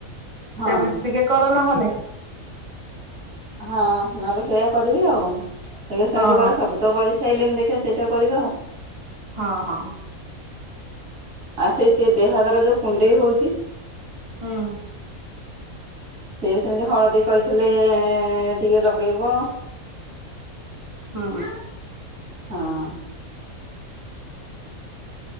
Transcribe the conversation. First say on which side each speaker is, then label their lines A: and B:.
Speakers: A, on the right; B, on the right.
A: ହଁ
B: ସେମିତି ଟିକେ କର ନହେଲେ।
A: ହଁ ନହେଲେ ସେଇଆ କରିବି ଆଉ <unintelligible> ସେମିତି
B: ହଁ
A: କରେ ସବୁ ତ କରିସାଇଲେଣି ଦେଖିଆ ସେଇଟା କରିବା ଆଉ।
B: ହଁ।
A: ଆଉ ସେଇ ଦେହ <unintelligible> ଯୋଉ କୁଣ୍ଡେଇ ହଉଚି।
B: ହଁ।
A: ସିଏ ବି ସେମିତି ହଳଦୀ କହିଥିଲେ ଟିକେ ଲଗେଇବ।
B: ହୁଁ।
A: ହଁ।